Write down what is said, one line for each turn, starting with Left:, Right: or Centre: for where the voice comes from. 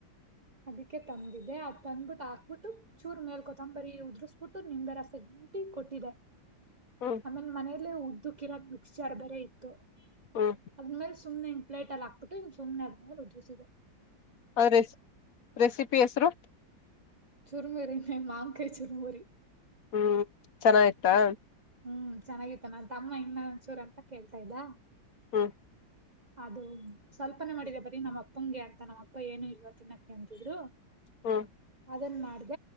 Right: ಅದಕ್ಕೆ ತಂದಿದೆ ಆ ತಂದುು ಹಾಕ್ಬಿಟ್ಟು ಚೂರ್ ಮೇಲ್ ಕೊತ್ತಂಬರಿ ಉದು್ರಿಸಬಿಟ್ಟು ನಿಂಬೆ ರಸಗಂತಿ ಕೊಟ್ಟಿದೆ
Left: ಹ್ಮ್
Right: ಆಮೇಲೆ ಮನೇಲೆ ಉದ್ದುಕಿರ ಮಿಕ್ಸ್ಚರ್ ಬರೆ ಇತ್ತು
Left: ಹ್ಮ್
Right: ಅದ್ಮೇಲೆ ಸುಮನೆಿ ಪ್ೇ ಅಲ್ಲಿ ಹಾಕ್ಬಿು ಇ್ ಸು್ನೆ ಆದ್ಮೇಲೆದ್ಿದೆ
Left: ಅ ರೆಸ್ ರೆಸಿಪಿ ಹೆಸರು
Right: ಚುರ್ಮುರಿ ನ ಮಾಂಕ ಚುರ್ಮುರಿ
Left: ಹ್ಮ್ ಚೆನ್ನ ಆ್ತಾ
Right: ಹ್ಮ್ ಹ್ಮ್ ಚೆನ್ನಾಗಿತ್ತು ನನ್ ತಮ್ಮ ಇನ್ನ ಒಂದಸೂರ್ ಅಂತ ಕೇಳ್ತಾ ಇದ್ದ
Left: ಹ್ಮ
Right: ಅದು ಸ್ವಲ್ಪನೆ ಮಾಡಿದೆ ಬರೀ ನಮ್ಮಪ್ಪಂಗೆ ಅಂತ ನಮ್ಮಪ್ಪ ಏನು ಇಲ್ವಾ ತಿನ್ನಕ್ಕೆ ಅಂತಿದ್ರು
Left: ಹಾ
Right: ಅದನ್ ಮಾಡ್ದ